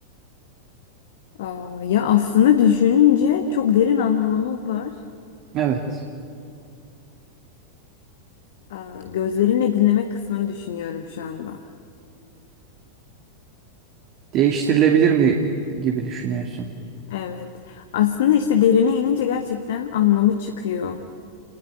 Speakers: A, on the left; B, on the right.
A: Aa, ya aslında düşününce çok derin anlamı var.
B: Evet.
A: Aa, gözlerinle dinleme kısmını düşünüyorum şu anda.
B: Değiştirilebilir mi gibi düşünüyorsun.
A: Evet. Aslında işte derine inince gerçekten anlamı çıkıyor.